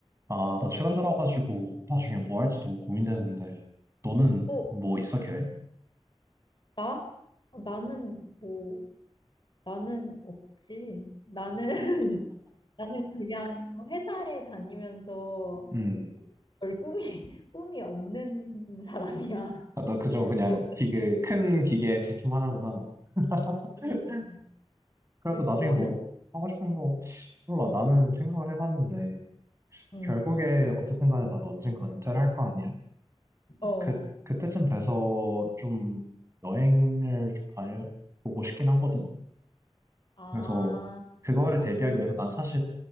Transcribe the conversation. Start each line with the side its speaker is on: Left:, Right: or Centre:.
Right: 아, 나 최근 들어가지고 나중에 뭐 할지 너무 고민되는데, 너는
Left: 어,
Right: 뭐 있어, 계획?
Left: 나? 어, 나는 뭐, 나는 없지. 나는, <laughs> 나는 그냥 회사에 다니면서
Right: 음,
Left: 별 꿈이, <laughs> 꿈이 없는 사람이야.
Right: 아, 너 그저 그냥
Left: 너는?
Right: 기계, 큰 기계 부품 하나구나. <laughs>
Left: 음.
Right: 그래도
Left: 그,
Right: 나중에
Left: 너는?
Right: 뭐 하고 싶은 거, 몰라. 나는 생각을 해봤는데,
Left: 응.
Right: 결국에 어쨌든 간에 나도 언젠가 은퇴를 할 거 아니야?
Left: 어.
Right: 그, 그때쯤 돼서 좀 여행을 좀 다녀보고 싶긴 하거든?
Left: 아,
Right: 그래서 그거를 대비하기
Left: 그,
Right: 위해서 난 사실